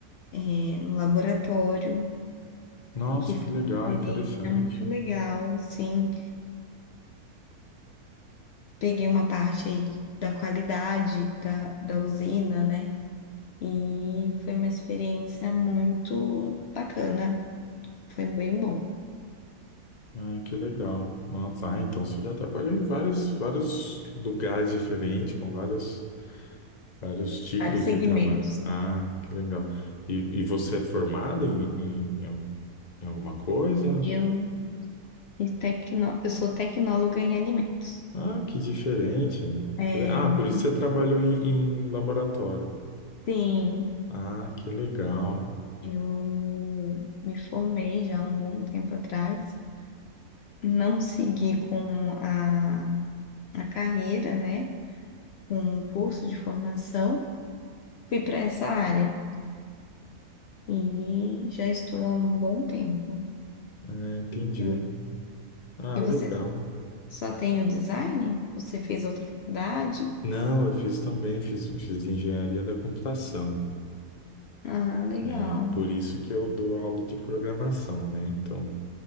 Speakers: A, on the left (about 75°); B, on the left (about 40°).
A: né, no laboratório,
B: Nossa,
A: que foi
B: que legal,
A: uma experiência
B: interessante.
A: muito legal, sim. peguei uma parte aí da qualidade da, da usina, né? E foi uma experiência muito bacana, foi bem bom.
B: Ai, que legal. Nossa, ah, então você já trabalhou em vários, vários lugares diferentes, com vários, vários tipos
A: Vários segmentos.
B: de trabalho. Ah, que legal. E, e você é formada em, em, em alguma coisa?
A: Eu, fiz tecno, eu sou tecnóloga em alimentos.
B: Ah, que diferente.
A: É,
B: Ah,
A: bem,
B: por isso você trabalhou em, em laboratório.
A: sim,
B: Ah, que legal.
A: eu me formei já há um bom tempo atrás. Não segui com a, a carreira, né? Um curso de formação. Fui para essa área. E já estou há um bom tempo.
B: É, entendi.
A: Eu-
B: Ah,
A: E
B: legal.
A: você só tem o design? Você fez outra faculdade?
B: Não, eu fiz também, fiz, fiz engenharia da computação.
A: Ah, legal.
B: É por isso que eu dou aula de programação, né? Então,